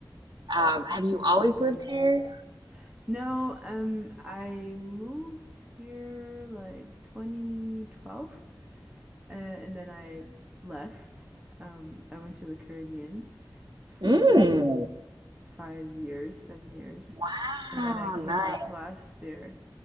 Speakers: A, on the right (about 60°); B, on the right (about 15°).
A: Um,
B: It's
A: have you
B: really
A: always
B: dry
A: lived
B: here.
A: here?
B: No, um, I moved here like 2012, uh, and then I left. Um, I went to the Caribbean for
A: Mm,
B: like five years, seven years.
A: wow,
B: And then I came
A: nice.
B: back last year